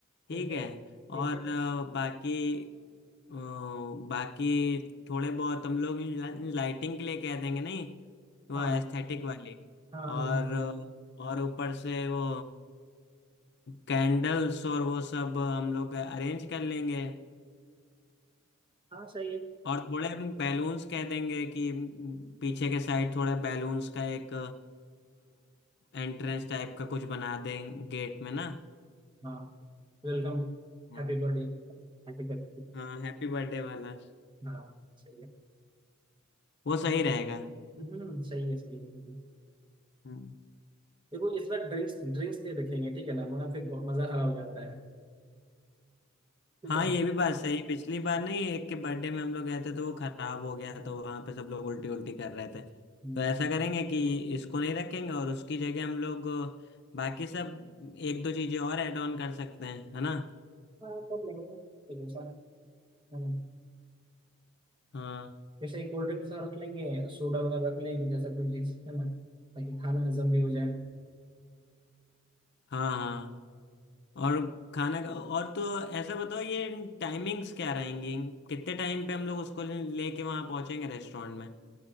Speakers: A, on the left; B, on the right.
A: ठीक
B: ठीक है
A: है
B: ठीक
A: और
B: है
A: अ, बाकी अ, बाकी थोड़े बहुत हम लोग लाइटिंग के लिए कह देंगे नहीं वो
B: हाँ
A: एस्थेटिक वाली
B: हाँ हाँ
A: और
B: हाँ
A: अ, और ऊपर से वो कैंडल्स और वो सब हम लोग अरेंज कर लेंगे
B: हाँ सही है
A: और थोड़े हम बैलून्स कह देंगे कि पीछे के साइड थोड़ा बैलून्स का एक एंट्रेंस टाइप का कुछ बना दें गेट में ना
B: हाँ वेलकम
A: हाँ
B: हैप्पी बर्थडे आर्टिकल
A: हाँ हैप्पी बर्थडे वाला
B: हाँ सही है
A: वो
B: अम,
A: सही रहेगा
B: हम्म सही है सही है सही है
A: हम्म
B: देखो इस बार ड्रिंक्स ड्रिंक्स नहीं रखेंगे ठीक है ना वरना फिर बहुत मजा खराब हो जाता है ठीक
A: हाँ
B: है
A: ये भी बात सही पिछली बार नहीं एक के बर्थडे में हम लोग गए थे तो वो खराब हो गया तो वहां पे सब लोग उल्टी उल्टी कर रहे थे
B: हम्म,
A: तो ऐसा करेंगे कि इसको नहीं रखेंगे और उसकी जगह हम लोग बाकी सब एक दो चीजें और ऐड ऑन कर सकते हैं है ना
B: हाँ कर लेंगे तो जैसा हम्म,
A: हाँ
B: जैसे कोल्ड ड्रिंक्स रख लेंगे सोडा वगैरह रख लेंगे जैसा कोई चीज है ना ताकि खाना हजम भी हो जाए
A: हाँ हाँ और खाना का और तो ऐसा बताओ ये टाइमिंग्स क्या रहेंगी कितने टाइम पे हम लोग उसको लेके वहां पहुंचेंगे रेस्टोरेंट में